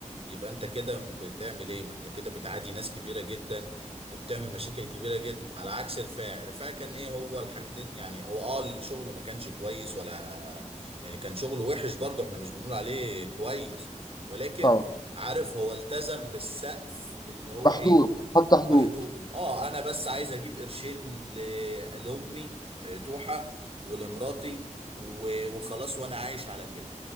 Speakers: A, on the right (about 45°); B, on the left (about 30°).
A: يبقى انت كده بتعمل ايه ما انت كده بتعادي ناس كبيره جدا وبتعمل مشاكل كبيره جدا على عكس رفاعي رفاعي كان ايه هو الحاجتين يعني هو اه شغله ما كانش كويس ولا يعني كان شغله وحش برضه احنا مش بنقول عليه كويس ولكن
B: طبعا
A: عارف هو التزم بالسقف اللي هو
B: بحدود
A: ايه
B: حط حدود
A: محدود اه انا بس عايز اجيب قرشين ل- لامي آه، توحة ولمراتي و- وخلاص وانا عايش على كده